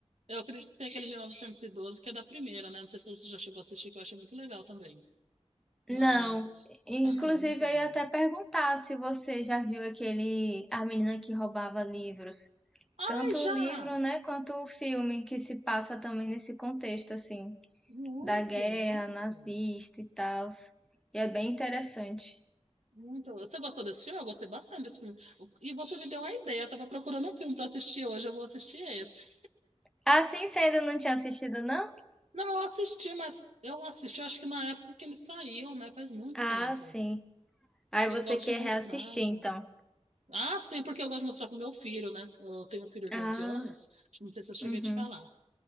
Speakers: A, on the right (about 75°); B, in the centre.
A: Eu acredito que tem aquele 1912 que é da Primeira, né? Não sei se você já chegou a assistir, que eu achei muito legal também. Mas,
B: Não, inclusive
A: ai, é muito
B: eu
A: bom.
B: ia até perguntar se você já viu aquele, a menina que roubava livros.
A: Ai,
B: Tanto
A: já!
B: o livro, né, quanto o filme que se passa também nesse contexto, assim.
A: Muito,
B: da guerra
A: muito,
B: nazista e tal. E é bem interessante.
A: muito. Você gostou desse filme? Eu gostei bastante desse filme. E você me deu uma ideia, eu tava procurando um filme para assistir hoje, eu vou assistir esse.
B: Ah, sim, você ainda não tinha assistido, não?
A: Não, eu assisti, mas eu assisti, acho que na época que ele saiu, né? Faz muito
B: Ah,
A: tempo.
B: sim. Aí
A: E
B: você
A: eu gosto
B: quer
A: de mostrar,
B: reassistir,
A: tá?
B: então.
A: Ah, sim, porque eu gosto de mostrar pro meu filho, né? Eu tenho um filho de
B: Ah,
A: 11 anos, não sei se eu cheguei
B: uhum.
A: a te falar.